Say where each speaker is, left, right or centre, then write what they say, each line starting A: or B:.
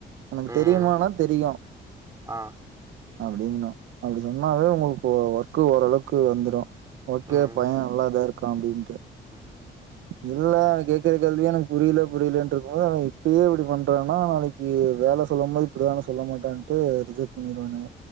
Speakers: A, on the right (about 75°); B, on the right (about 15°).
A: உனக்கு
B: ம்
A: தெரியுமானா தெரியும்
B: ஆ
A: அப்டிங்னு அப்டி சொன்னாவே உங்களுக்கு ஓ ஒர்க்கு ஓரளவுக் கு வந்துரு ஓகே
B: ம்
A: பைய நல்லா தா இருக்கா அப்டின்ட்டு
B: <inaudible>
A: இல்ல அவ கேக்கற கேள்வியே எனக் புரியில புரியிலன்ட்ருக்கும் போது அவ இப்பயே இப்டி பண்றான்னா அவ நாளைக் கி வேல சொல்லும் போது இப்டிதான சொல்ல மாட்டான்ட்டு ரிஜெக்ட் பண்ணிருவானுக